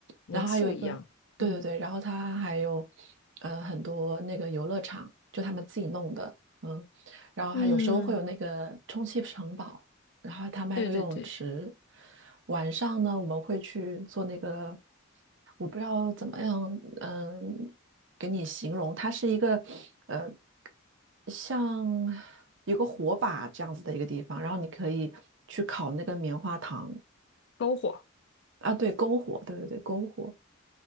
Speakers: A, on the left; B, on the right.
A: 民宿一样，
B: 然后还有一个，对对对，
A: 嗯
B: 然后它还有呃很多那个游乐场，就他们自己弄的，嗯，然后还有时候会有那个充气
A: 嗯，
B: <laughs> 城堡。然后他们还有个游泳池。
A: 对对对，
B: 晚上呢，我们会去做那个，我不知道怎么样，嗯，给你形容，它是一个，呃，像有个火把这样子的一个地方，然后你可以去烤那个棉花糖
A: 篝火，
B: 啊，对，篝火，对对对，篝火。